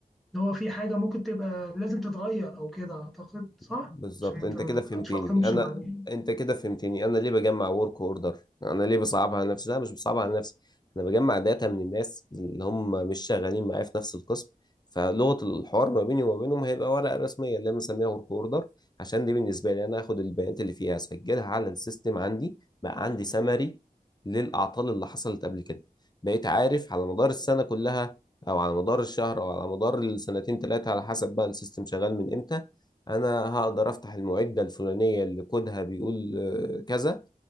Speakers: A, in the centre; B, on the left.
A: إن هو في حاجة ممكن تبقى لازم تتغير أو كده أعتقد صح؟
B: بالظبط
A: عشان ما
B: انت
A: ت-
B: كده فهمتني
A: تتفاقمش
B: انا
A: بعدين
B: انت كده فهمتني انا ليه بجمع ورك اوردر انا ليه بصعبها على نفسي لا مش بصعبها على نفسي انا بجمع داتا من الناس اللي هم مش شغالين معايا في نفس القسم فلغه الحوار ما بيني وما بينهم هيبقى ورقه رسميه اللي انا مسميها ورك اوردر عشان دي بالنسبه لي انا هاخد البيانات اللي فيها اسجلها على السيستم عندي بقى عندي سمري للاعطال اللي حصلت قبل كده بقيت عارف على مدار السنه كلها او على مدار الشهر او على مدار السنتين ثلاثه على حسب بقى السيستم شغال من امتى انا هقدر افتح المعده الفلانيه اللي كودها بيقول آه، كذا